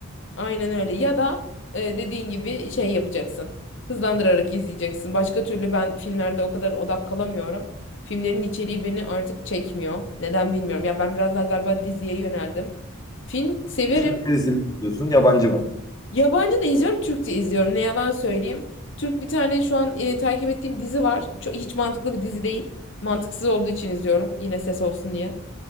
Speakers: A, on the left (about 60°); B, on the left (about 15°).
A: Aynen öyle. Ya da e, dediğin gibi şey yapacaksın. Hızlandırarak izleyeceksin. Başka türlü ben filmlerde o kadar odak kalamıyorum. Filmlerin içeriği beni artık çekmiyor. Neden bilmiyorum. Ya ben biraz daha galiba diziye yöneldim. Film severim.
B: Türk dizisi mi izliyorsun, yabancı mı?
A: Yabancı da izliyorum, Türkçe izliyorum. Ne yalan söyleyeyim. Türk bir tane şu an e, takip ettiğim dizi var. Çok, hiç mantıklı bir dizi değil. Mantıksız olduğu için izliyorum. Yine ses olsun diye.